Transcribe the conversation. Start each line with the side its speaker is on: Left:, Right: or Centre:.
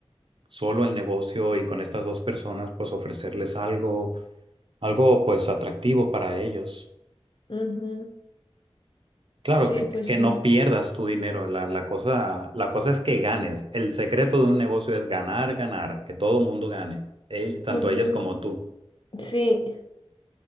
Right: solo el negocio y con estas dos personas, pues ofrecerles algo, algo pues atractivo para ellos.
Left: ujú,
Right: Claro,
Left: sí,
Right: que,
Left: pues
Right: que
Left: sí.
Right: no pierdas tu dinero. La, la cosa, la cosa es que ganes. El secreto de un negocio es ganar, ganar, que todo mundo gane, Ell- tanto
Left: ujú,
Right: ellas como tú.
Left: Sí,